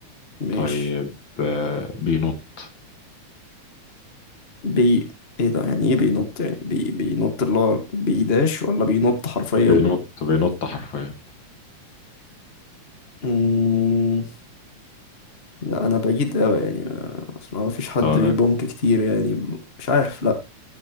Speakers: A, on the left (about 30°); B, on the left (about 45°).
A: ماشي
B: طيب آه، بينط
A: بي ايه ده يعني ايه بينط يعني بي... بينط اللي هو بيداش ولا بينط حرفيا
B: بينط بينط حرفيا
A: مم، لا انا بعيد قوي يعني ما- اصل ما فيش حد
B: طيب
A: بيبونك كتير يعني ب- مش عارف لا